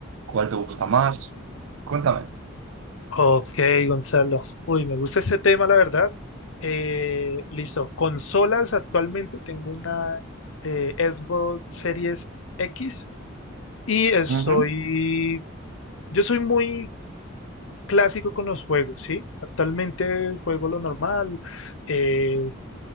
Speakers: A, on the right; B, on the left.
A: cuál te gusta más. Cuéntame.
B: Ok, Gonzalo. Uy, me gusta este tema, la verdad. Eh, listo. Consolas, actualmente tengo una eh, Xbox Series X Y estoy,
A: Ujú,
B: yo soy muy clásico con los juegos, ¿sí? Actualmente juego lo normal, eh,